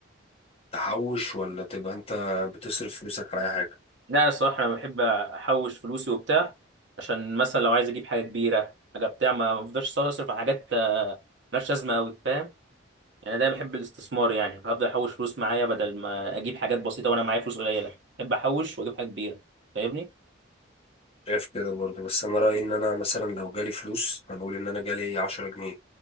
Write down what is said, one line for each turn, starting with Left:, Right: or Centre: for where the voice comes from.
Left: تحوش ولا تبقى انت بتصرف فلوسك على اي حاجه
Right: لا انا الصراحه انا بحب احوش فلوسي وبتاع عشان مثلا لو عايز اجيب حاجه كبيره حاجه بتاع ما بفضلش اصرف على حاجات آه، ملهاش لازمه قوي فاهم يعني دايما بحب الاستثمار يعني هفضل احوش فلوس معايا بدل ما اجيب حاجات بسيطه وانا معايا فلوس قليله بحب احوش واجيب حاجه كبيره فاهمني
Left: شايف كده برضه بس انا رايي ان انا مثلا لو جالي فلوس هنقول ان انا جالي 10 جنيه